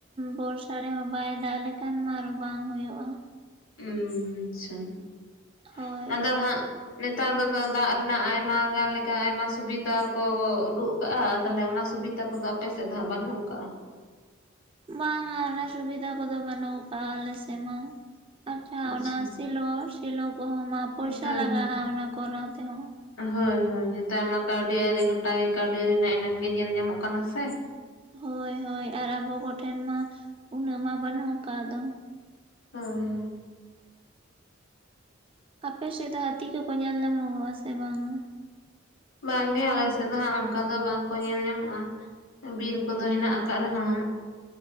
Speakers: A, on the right; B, on the left.
A: ᱵᱚᱨᱥᱟ ᱨᱮ ᱦᱚᱸ ᱵᱟᱭ ᱫᱟᱜ ᱞᱮᱠᱷᱟᱱ ᱢᱟ ᱟᱨ ᱦᱚᱸ ᱵᱟᱝ ᱦᱳᱭᱳᱜᱼᱟ ᱾
B: ᱦᱩᱸ ᱟᱪᱪᱷᱟ ᱾
A: ᱦᱳᱭ
B: ᱟᱫᱚ ᱦᱟᱸᱜ ᱱᱮᱛᱟᱨ ᱫᱚ ᱫᱟᱜ ᱨᱮᱱᱟᱜ ᱟᱭᱢᱟ ᱜᱟᱱ ᱞᱮᱠᱟ ᱟᱭᱢᱟ ᱥᱩᱵᱤᱫᱟ ᱠᱚ ᱠᱚ ᱩᱰᱩᱜ ᱠᱟᱜᱼᱟ ᱛᱟᱦᱚᱞᱮ ᱚᱱᱟ ᱥᱩᱵᱤᱛᱟ ᱠᱚ ᱫᱚ ᱟᱯᱮ ᱥᱮᱫ ᱫᱚ ᱦᱟᱸᱜ ᱵᱟᱹᱱᱩᱜ ᱠᱟᱜᱼᱟ᱾
A: ᱵᱟᱝᱼᱟ ᱚᱱᱟ ᱥᱩᱵᱤᱫᱷᱟ ᱠᱚ ᱫᱚ ᱵᱟᱹᱱᱩᱜ ᱠᱟᱜᱟ ᱟᱞᱮᱥᱮᱫ ᱢᱟ, ᱟᱨ ᱡᱟᱦᱟ
B: ᱟᱪᱪᱷᱟ
A: ᱚᱱᱟ ᱼᱼ ᱥᱮᱞᱳ, ᱥᱮᱞᱳ ᱠᱚ ᱦᱚᱸ ᱢᱟ ᱯᱚᱭᱥᱟ
B: ᱦᱳᱭ
A: ᱞᱟᱜᱟᱜᱼᱟ
B: ᱦᱳᱭ
A: ᱚᱱᱟ ᱠᱚᱨᱟᱣ ᱛᱮ ᱦᱚᱸ᱾
B: ᱦᱳᱭ, ᱦᱳᱭ ᱾ ᱱᱮᱛᱟᱨ ᱢᱟ ᱠᱟᱹᱣᱰᱤ ᱟᱹᱨᱤ ᱜᱚᱴᱟ ᱜᱮ ᱠᱟᱹᱣᱰᱤ ᱟᱹᱨᱤ ᱨᱮᱱᱟᱜ ᱮᱱᱮᱢ ᱜᱮ ᱧᱮᱞ ᱧᱟᱢᱚᱜ ᱠᱟᱱᱟ ᱥᱮ ᱾
A: ᱦᱳᱭ, ᱦᱳᱭ ᱟᱨ ᱟᱵᱚ ᱠᱚᱴᱷᱮᱱ ᱢᱟ ᱩᱱᱟᱹᱜ ᱢᱟ ᱵᱟᱹᱱᱩᱜ ᱠᱟᱜ ᱫᱚ ᱾
B: ᱦᱩᱸ, ᱦᱩᱸ ᱾
A: ᱟᱯᱮ ᱥᱮᱫ ᱫᱚ ᱦᱟᱹᱛᱤ ᱠᱚ ᱠᱚ ᱧᱮᱞ ᱧᱟᱢᱚᱜᱚᱜᱼᱟ ᱥᱮ ᱵᱟᱝ-ᱟ?
B: ᱵᱟᱝ ᱜᱮ ᱟᱞᱮ ᱥᱮᱫ ᱫᱚ ᱦᱟᱸᱜ ᱚᱝᱠᱟ ᱫᱚ ᱵᱟᱝ ᱠᱚ ᱧᱮᱞ ᱧᱟᱢᱚᱜᱼᱟ ᱾ ᱵᱤᱨ ᱠᱚ ᱫᱚ ᱦᱮᱱᱟᱜ ᱟᱠᱟᱫ ᱨᱮ ᱦᱚᱸ